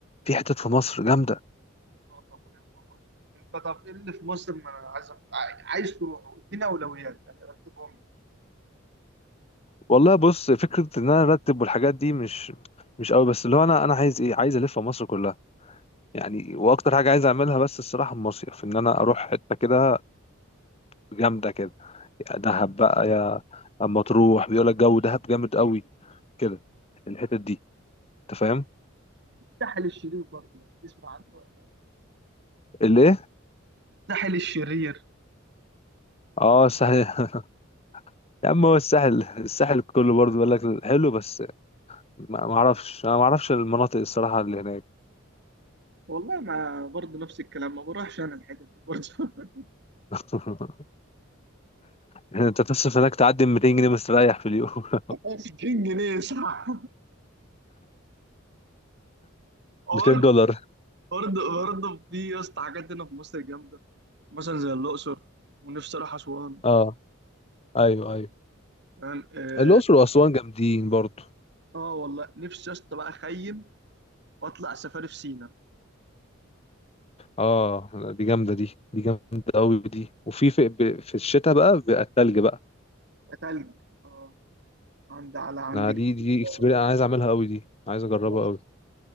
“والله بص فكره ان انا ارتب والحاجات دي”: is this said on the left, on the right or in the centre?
Left